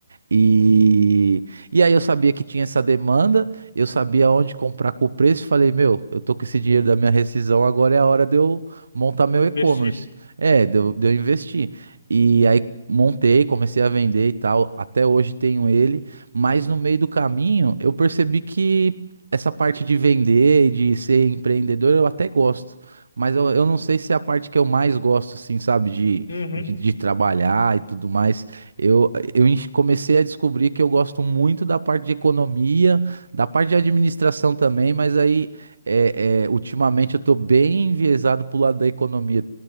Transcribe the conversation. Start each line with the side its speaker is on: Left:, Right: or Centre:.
Right: E, e aí eu sabia que tinha essa demanda eu sabia onde comprar com o preço, e falei, meu, eu tô com esse dinheiro da minha rescisão, agora é a hora de eu montar
Left: de
Right: meu e-commerce.
Left: investir.
Right: É, de eu, de eu investir. E aí montei, comecei a vender e tal. Até hoje tenho ele, mas no meio do caminho eu percebi que essa parte de vender e de ser empreendedor eu até gosto. Mas eu, eu não sei se é a parte que eu mais gosto, assim, sabe, de,
Left: Uhum,
Right: de, de trabalhar e tudo mais. Eu, eu enx- comecei a descobrir que eu gosto muito da parte de economia da parte de administração também, mas aí é, é, ultimamente eu tô bem enviesado pro lado da economia.